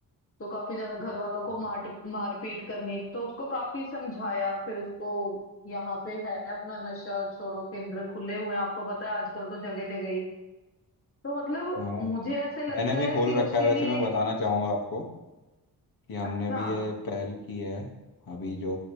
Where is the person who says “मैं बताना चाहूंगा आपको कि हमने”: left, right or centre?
Left